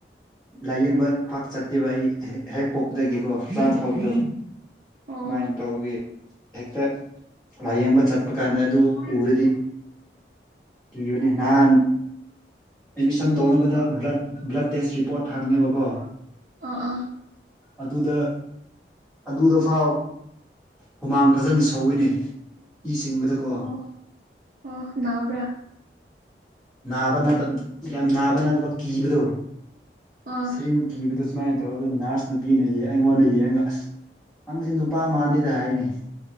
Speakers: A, in the centre; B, on the right (about 50°).
A: ꯂꯥꯏꯌꯦꯡꯕ ꯄꯥꯛ ꯆꯠꯇꯦꯕ ꯑꯩ ꯍꯦꯛ ꯄꯣꯛꯄꯗꯒꯤꯀꯣ ꯍꯆꯥꯡ ꯐꯥꯎꯕꯗꯣ
B: ꯑꯣ
A: ꯁꯨꯃꯥꯏꯅ ꯇꯧꯒ ꯍꯦꯛꯇ ꯂꯥꯏꯌꯦꯡꯕ ꯆꯠꯄ ꯀꯥꯟꯗ ꯑꯗꯨ ꯎꯔꯗꯤ ꯀꯤꯕꯅꯤ ꯅꯍꯥꯟ. ꯑꯦꯠꯃꯤꯁꯟ ꯇꯧꯅꯕꯗ꯭ꯂ
B: ꯑꯥ
A: ꯕ꯭ꯂꯠ ꯇꯦꯁ ꯔꯤꯄꯣꯔꯠ ꯍꯪꯉꯦꯕꯀꯣ
B: ꯑꯥ ꯑꯥ
A: ꯑꯗꯨꯗ ꯑꯗꯨꯗ ꯐꯥꯎ ꯍꯨꯃꯥꯡ ꯐꯖꯅ ꯁꯧꯏꯅꯦ ꯏ ꯁꯤꯡꯕꯗꯀꯣ
B: ꯑꯣ ꯑꯣ ꯅꯥꯕ꯭ꯔꯥ
A: ꯅꯥꯕ ꯌꯥꯝ ꯅꯥꯕ ꯅꯠꯇꯕ ꯀꯤꯕꯗꯣ
B: ꯑꯥ
A: ꯁꯤꯔꯤꯟ ꯀꯤꯕꯗ ꯁꯨꯃꯥꯏꯅ ꯇꯧꯔꯒ ꯑꯗꯨ ꯅꯔꯁ ꯅꯨꯄꯤꯅ ꯑꯩꯉꯣꯟꯗ ꯌꯦꯡꯉꯒ ꯑꯁ ꯅꯪꯁꯦ ꯅꯨꯄꯥ ꯃꯥꯟꯗꯗ ꯍꯥꯏꯅꯤ